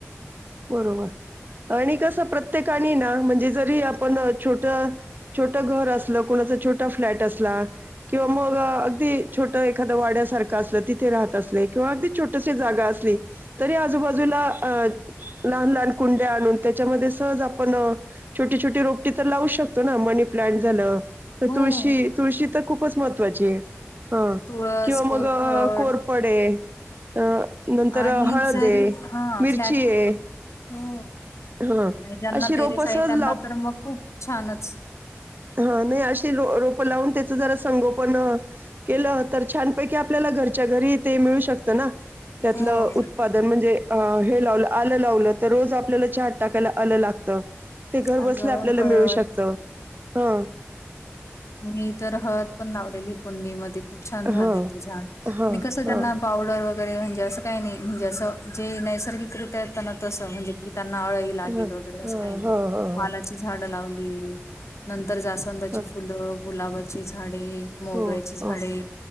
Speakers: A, on the right; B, on the left.
A: बरोबर आणि कस प्रत्येक प्रत्येका ना म्हणजे जरी आपण छोट छोटं घर असलं कुणाचं छोटं फ्लॅट असला. किंवा मग अगदी छोट एखादं वाड्यासारख अस तिथे राहत अस किंवा अगदी जागा अस तरी आजूबाजूला लहान लहान कुंड्या आणून त्याच्यामध्ये सहज आपण छोटी छोटी रोपटी तर लावू शकतो. ना मनी प्लांट झालं तर
B: हो
A: तुळशी तुळशी तर खूपच महत्त्वाची आहे. हा
B: तुळस,
A: किंवा मग
B: कोरफड
A: कोरपडे अ नंतर
B: आणि
A: हळद
B: जरी
A: आहे
B: हा
A: मिरची
B: फ्लॅट हो
A: आहे हां.
B: आणि ज्यांना
A: अशी
B: टेरिस
A: रोपं
B: आहे.
A: सहज
B: त्यांना तर मग खूप छानच
A: हा नाही अशी रोप लावून त्याच जरा संगोपन केलं. तर छानपैकी आपल्याला घरच्या घरी ते मिळू शकत. ना त्यातलं
B: हो.
A: उत्पादन म्हणजे अ हे लावलं आलं लावलं तर रोज आपल्याला चार टाकायला आलं लागत. ते घर
B: आलं
A: बसल्या आपल्याला
B: हळद.
A: मिळू शकत. ह
B: मी तर हळद पण लावलेली कंडी मध्ये खूप छान झाले.
A: हां.
B: ते झाड
A: हां,
B: आणि कसं त्यांना
A: हां,
B: पावडर वगैर वैरे म्हणजे असं काही नाही म्हणजे असं जे नैसर्गिक रित्या आहेत त्यांना तसं म्हणजे कि त्यांना अळई लागेल
A: हां, हां,
B: वगैरे असं
A: हां,
B: काही नाही
A: हां, हां,
B: वालाची
A: हां,
B: झाडं लावली नंतर तर जास्वंदाची
A: हां.
B: फुलं, गुलाबाची झाडे मोगऱ्याची
A: हो,
B: झाडे
A: हो,